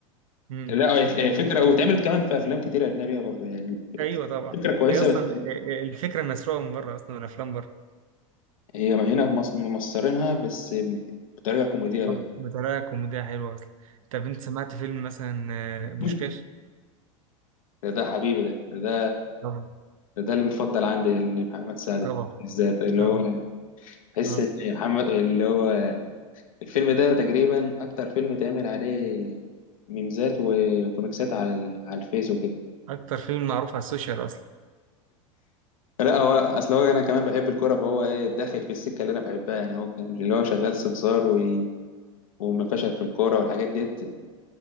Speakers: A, on the right (about 75°); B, on the left (about 80°).
A: امم
B: لا هي
A: آه،
B: هي فكرة واتعملت كمان في أفلام كتير أجنبية برضه يعني
A: ايوه طبعا
B: الفكرة كويسة
A: هي اصلا
B: بس
A: آه، آه، الفكره مسروقه من بره اصلا من افلام بره
B: هي هنا مص- ممصرينها بس بطريقة كوميدية بقى
A: طب بطريقه كوميديه حلوه اصلا طب انت سمعت فيلم مثلا آه، بوشكاش
B: ده ده حبيبي ده ده
A: طبعا
B: ده المفضل عندي لمحمد سعد
A: طبعا
B: بالذات اللي
A: طبعا
B: هو تحس
A: اه
B: ان محمد اللي هو الفيلم ده تقريبا اكتر فيلم اتعمل عليه ميمزات وكوميكسات على ال- على الفيس وكده
A: اكتر فيلم معروف على السوشيال اصلا
B: لا هو اصل هو انا كمان بحب الكوره فهو ايه داخل في السكه اللي انا بحبها يعني هو كان اللي هو شغال سمسار وي- وما فشل في الكوره والحاجات ديت